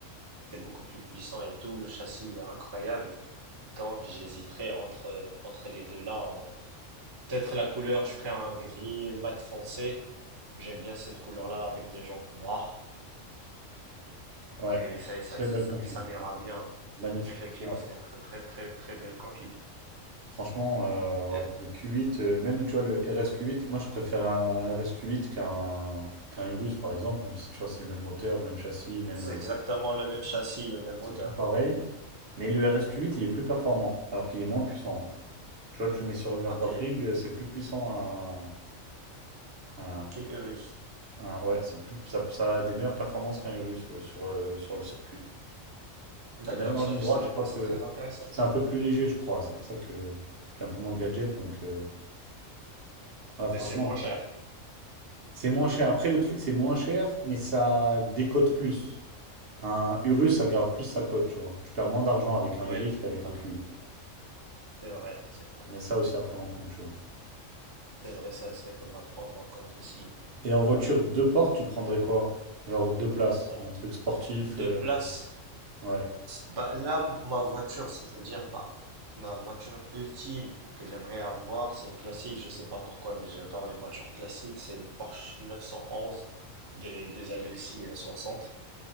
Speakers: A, on the right (about 30°); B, on the right (about 55°).
A: C'est beaucoup plus puissant et tout. Le châssis, il est incroyable. Donc, j'hésiterais entre, entre les deux-là hein. Peut-être la couleur, je ferais un gris mat foncé. J'aime bien cette couleur-là avec des jantes noires
B: Ouais,
A: et ça, ça,
B: très
A: ça,
B: belle config.
A: m- ça m'ira bien.
B: Magnifique.
A: Effectivement,
B: Ouais.
A: c'est une très très très très belle config.
B: Franchement, euh, ouais.
A: Et
B: Le Q8, euh, même tu vois, le RSQ8, moi je préfère un RSQ8 qu'un qu'un Urus par exemple, même si tu vois, c'est le même moteur, même châssis, même.
A: C'est
B: euh,
A: exactement le même châssis, le même moteur.
B: c'est tout pareil. Mais le RSQ8, il est plus performant, alors qu'il est moins puissant. Tu vois, tu le mets sur le Nürburgring,
A: Ok,
B: euh, c'est plus puissant un,
A: qu'une Urus.
B: un Ah ouais, c'est plus, ça, ça a des meilleures performances qu'un Urus euh, sur, euh, sur le circuit.
A: D'accord,
B: Et même en
A: ça
B: ligne
A: je
B: droite,
A: savais
B: je
A: pas,
B: crois
A: c'est
B: que
A: très intéressant.
B: c'est un peu plus léger, je crois. C'est pour ça que tu as un peu moins de gadgets. Donc, euh, ouais, franchement,
A: Et c'est moins cher.
B: c'est moins cher. Après, le truc, c'est moins cher, mais ça décote plus. Un Urus, ça garde plus sa cote, tu vois. Tu perds moins d'argent avec
A: Oui,
B: un Urus qu'avec un Q8.
A: c'est vrai, c'est vrai.
B: Il y a ça aussi à prendre en compte, tu vois.
A: C'est vrai, ça, il faudra le prendre en compte aussi.
B: Et en voiture deux portes, tu prendrais quoi? Genre deux places,
A: En
B: un truc sportif.
A: deux
B: euh,
A: places,
B: ouais.
A: Bah, là, ma voiture, c'est-à-dire bah, ma voiture ultime que j'aimerais avoir, c'est une classique, je sais pas pourquoi, mais j'adore les voitures classiques, c'est une Porsche 911 des, des années aussi euh, soixante